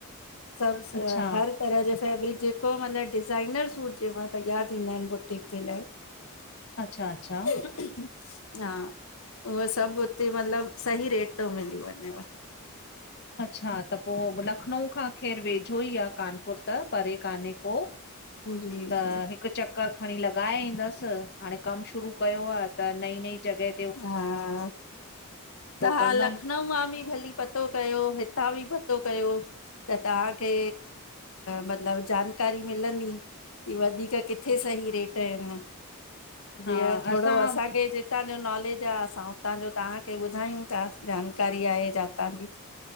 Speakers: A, on the left (about 70°); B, on the left (about 50°).
A: सबस
B: अच्छा
A: हर तरह जो फ़ेब्रिक ज़ेको मतलब डिज़ाइनर सूट चयो मास! तैयार थिंदा आहिन बुटीक जे लाए।
B: अच्छा-अच्छा।
A: <unintelligible> हा उह सब हूते मतलब सही रेट तो मिली वञेव।
B: अच्छा, त पो लखनऊ खां ख़ैर वेझो ई आ कानपुर त परे काने को‌।
A: जी
B: त
A: जी
B: हिक़ चक़ क्कर खणी लगाए ईंदस, हाणे कम शुरू कयो आ त नई-नई जगहें
A: हा! तहां
B: कंदमि
A: लखनऊ मा बि भली पतो कयो, हितां बि पतो कयो। त तव्हांखे मतलब जानकारी मिलंदी कि वधीक किथे सही रेट आहिनि। जीअं
B: हा
A: थोरो
B: असां
A: असांखे जे उतां जो नॉलेज आहे असां उतां जो तव्हांखे ॿुधायूं था जानकारी आहे जातां जी।